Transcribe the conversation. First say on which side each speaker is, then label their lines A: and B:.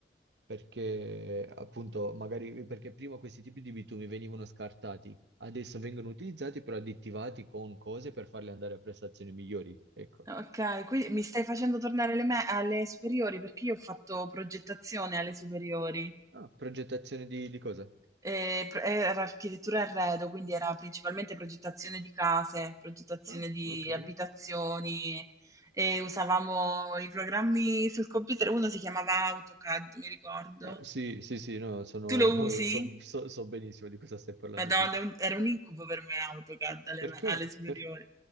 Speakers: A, on the right (about 80°); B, on the right (about 20°).
A: perché appunto magari perché prima questi tipi di bitumi venivano scartati, adesso vengono utilizzati però additivati con cose per farli andare a prestazioni migliori, ecco.
B: Okay, quindi mi stai facendo tornare alle me alle superiori, perché io ho fatto progettazione alle superiori.
A: Ah, progettazione di, di cosa?
B: Ehm, pr era architettura e arredo, quindi era principalmente progettazione di case, progettazione
A: Ah,
B: di
A: ok.
B: abitazioni e usavamo i programmi sul computer, uno si chiamava AutoCAD, mi ricordo.
A: Ah, sì, sì, sì, no, sono,
B: Tu lo usi?
A: <laughs> so, so- so benissimo di cosa stai parlando,
B: Madonna,
A: sì.
B: è un- era un incubo per me AutoCAD alle,
A: Perché?
B: alle superiori.
A: Per-